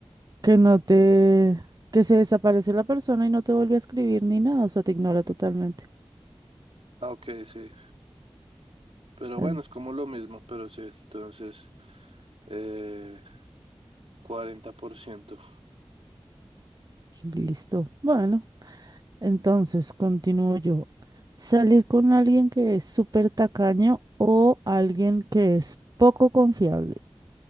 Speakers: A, on the right; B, on the right.
A: Que no te... Que se desaparece la persona y no te vuelve a escribir ni nada. O sea, te ignora totalmente.
B: Ah, ok, sí. Pero
A: Em,
B: bueno, es como lo mismo, pero sí. Entonces, eh, cuarenta por ciento,
A: Listo. Bueno, entonces continúo yo. Salir con alguien que es súper tacaño o alguien que es poco confiable.